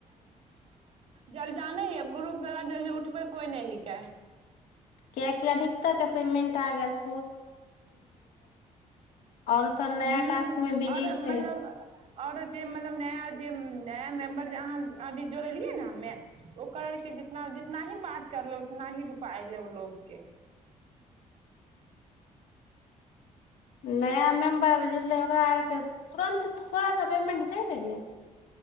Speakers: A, on the right; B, on the left.
A: जल जाने ह एगो रुप वला जली उ <unintelligible> तु कोइ नहि हिकय
B: कियकि अधिकतर के पेमेंट पागल छई और सब नया
A: हूं
B: टास्क मे बिजी
A: आरो
B: छै
A: मतलब आरो जे मतलब नया जे नया मेम्बर जे अहाँ अभी जोड़ एलियए ने हमे ओकर आरके जितना जितना ही बात करले उतना ही रुपा अयलै उ लोगके
B: नया मेम्बर जुटलै ओकरा आरके तुरन्त सए के पेमेंट चालि ऐलै